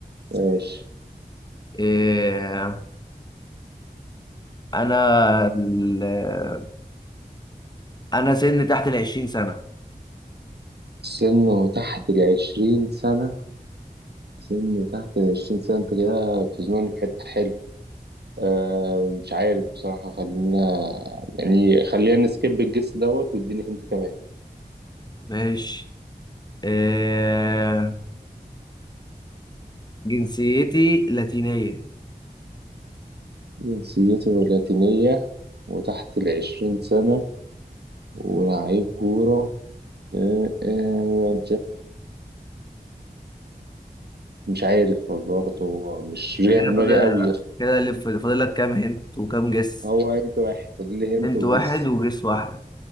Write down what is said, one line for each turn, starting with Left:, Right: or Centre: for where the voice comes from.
Right: ماشي
Left: إيه انا ال... آه، انا سني تحت العشرين سنه
Right: سنه تحت العشرين سنة سنه تحت العشرين سنة أنت كده بتزنقني في حتة حلوة أه مش عارف بصراحة خلينا يعني خلينا نسكيب الجس دوت واديني هنت كمان
Left: ماشي إيه جنسيتي لاتينية
Right: جنسيته لاتينية وتحت العشرين سنة ولاعيب كورة آه، آه، مش عارف برضه مش مش جاي
Left: أنت كده
Right: في دماغي
Left: فاضل
Right: قوي يا اسطى
Left: كده اللي فاضل لك كام هنت وكام جس
Right: هو انت واحد فاضل لي هنت
Left: هنت
Right: وجس
Left: واحد وجس واحد